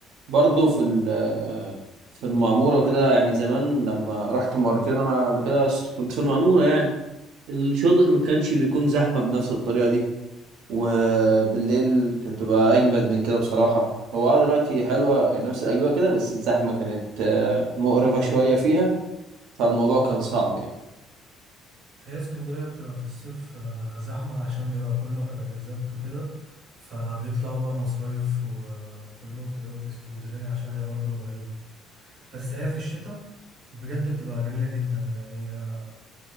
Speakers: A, on the right; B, on the right.
A: برضو في ال- آه، في المعمورة وكده يعني زمان لما رحت مرتين انا قبل كده كنت في المعمورة يعني الشاطئ ما كانش بيكون زحمة بنفس الطريقة دي وبالليل كانت بتبقى اجمد من كده بصراحه هو اه دلوقتي حلوه يعني نفس الاجواء كده بس الزحمه كانت آه، مقرفه شويه فيها فالموضوع كان صعب يعني
B: هي اسكندريه بتبقى في الصيف آه، زحمه عشان بيبقى كله واخد اجازات وكده فبيطلعوا بقى مصايف وكلهم تلاقيهم في اسكندريه عشان هي برضو قريبه بس هي في الشتاء بجد بتبقى جميله جدا يعني آه،